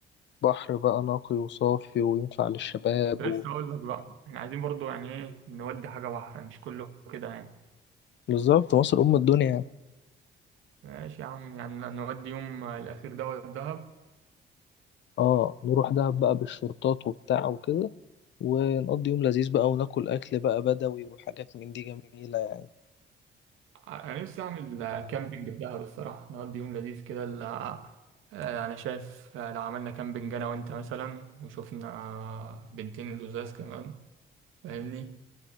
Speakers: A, on the left; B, on the right.
A: بحر بقى نقي وصافي وينفع للشباب
B: لسه
A: و...
B: أقول لك بقى احنا عايزين برضو يعني إيه نودي حاجة بحر مش كله كده يعني
A: بالظبط مصر أم الدنيا
B: ماشي يا عم يعني نودي يوم الأخير دوت دهب
A: اه نروح دهب بقى بالشرطات وبتاع وكده ونقضي يوم لذيذ بقى وناكل أكل بقى بدوي وحاجات من دي جميلة يعني.
B: انا نفسي اعمل كامبينج في دهب الصراحه نقضي يوم لذيذ كده ال- آه، انا شايف آه، لو عملنا كامبينج انا وانت مثلا وشوفنا بنتين لزاز كمان فاهمني